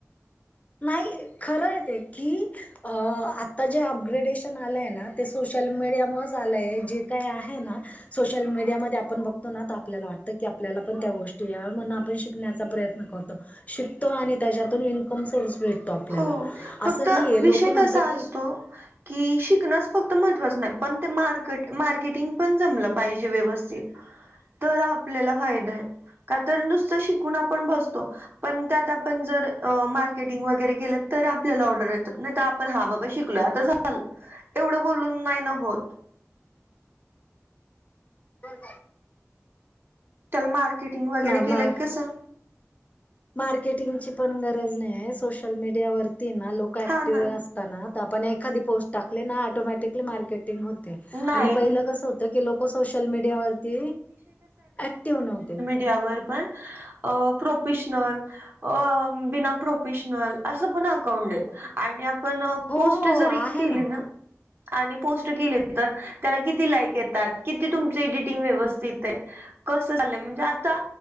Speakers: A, on the left; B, on the right.
A: नाही खरं आहे ते की आता जे अपग्रेडेशन आलंय ना ते सोशल मीडियामुळेच आलं आहे जे काय आहे ना सोशल मीडियामध्येध्ये आपण बघतो ना आपल्याला वाटत की आपल्याला पण त्या गोष्टी या म्हण आपण शिकण्याचा प्रयत्न करतो शिकतो आणि त्याच्यातून इन्कम सोर्स भेटतो आपल्याला
B: हो फक्त
A: असं नाहीये
B: विषय
A: लोक म्हणतात
B: कसा असतो
A: की
B: की शिकणच फक्त महत्त्वाचं नाही पण ते मार्क मार्केटिंग पण जमलं पाहिजे व्यवस्थित तर आपल्याला फायदा आहे का तर नुस्त शिकून आपण बसतो पण त्यात आपण जर मार्केटिंग वागरे तर आपल्याला ऑर्डर येतात नाही आपण हा बा शिकलो आता झालं एवढं बोलून नाही न होत
A: बर.
B: त्याला मार्केटिंग वगैरे केलंय
A: म
B: कसं
A: मार्केटिंगची पण गरज नाही आहे सोशल मीडियावररती ना लोक ऍक्टिव्ह
B: हा ना
A: असतात आपण एखादी पोस्ट टाकले ना ऑटोमॅटिकली मार्केट हो
B: नाही
A: आणि पहिलं कसं होत की लोक सोशल मीडियावररती ऍक्टिव्ह नव्हते
B: त्यावर पण प्रोफेशनल. अ बिना प्रोफेशनल असं पण अकाउंट आणि आपण
A: हो
B: पोस्ट
A: हो
B: जरी
A: आहे
B: केली ना आणि पोस्ट केली तर त्याला किती लाईक येतात किती तुमची इडिटिंग व्यवस्थित आहे कस झालंय म्हणजे आता